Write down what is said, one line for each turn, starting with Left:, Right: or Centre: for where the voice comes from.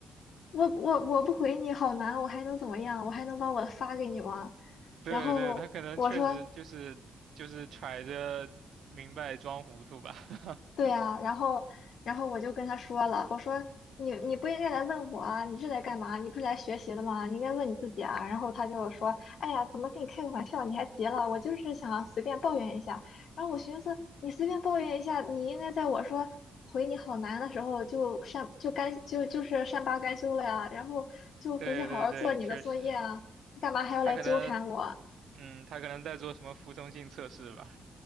Left: 我我我不回你好难，我还能怎么样？我还能把我的发给你吗？
Right: 对对，
Left: 然后我说。
Right: 他可能确实就是就是揣着明白装糊涂吧。<laughs>
Left: 对啊，然后然后我就跟他说了，我说你你不应该来问我啊，你是来干嘛？你不是来学习的吗？你应该问你自己啊。然后他就说，哎呀，怎么跟你开个玩笑？你还急了？我就是想随便抱怨一下。然后我寻思，你随便抱怨一下，你应该在我说回你好难的时候就善就甘就就是善罢甘休了呀，然后就回去好好做你的作业啊，
Right: 对对对，确实，
Left: 你干嘛还要来纠缠我？
Right: 他可能嗯，他可能在做什么服从性测试吧。